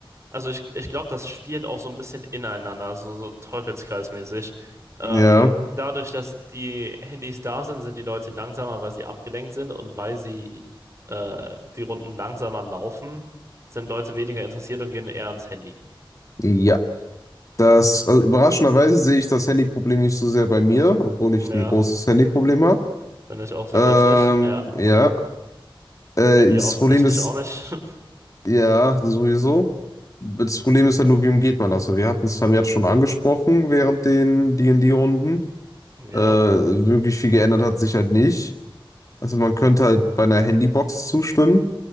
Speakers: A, on the right; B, on the left.
A: Also ich, ich glaube, das spielt auch so ein bisschen ineinander, so, so Teufelskreismäßig. Ähm,
B: Ja.
A: dadurch, dass die Handys da sind, sind die Leute langsamer, weil sie abgelenkt sind und weil sie äh, die Runden langsamer laufen, sind Leute weniger interessiert und gehen eher ans Handy.
B: Ja. Das, also überraschenderweise sehe ich das Handyproblem nicht so sehr bei mir, obwohl ich
A: Ja,
B: ein großes Handyproblem habe.
A: finde ich auch sehr
B: Ähm,
A: lustig. Ja,
B: ja. Äh,
A: bei mir
B: das
A: offensichtlich
B: Problem ist,
A: auch nicht. <laughs>
B: ja, sowieso. Das Problem ist halt nur, wie umgeht man das? Also, Wir hatten es vermehrt schon angesprochen während den D&D-Runden.
A: Ja,
B: Äh, wirklich viel geändert hat sich halt nicht. Also man könnte halt bei einer Handybox zustimmen.